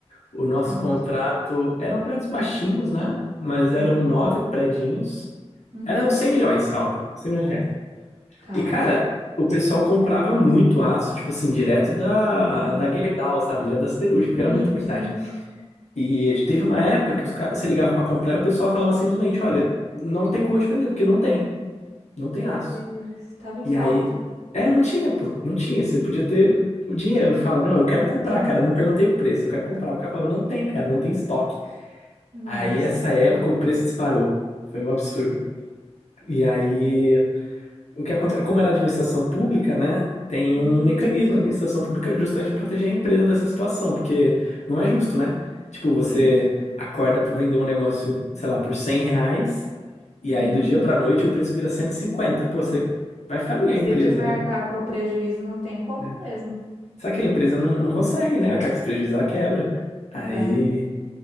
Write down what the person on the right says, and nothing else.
Hum,
Uhum,
uhum,
caro.
Sim,
sim,
sim.
Meu
Deus, tava em
falta.
Sim,
nossa.
senhora.
Uhum,
sim.
Uhum.
Você
que vai
arcar com o prejuízo não tem como
mesmo,
né?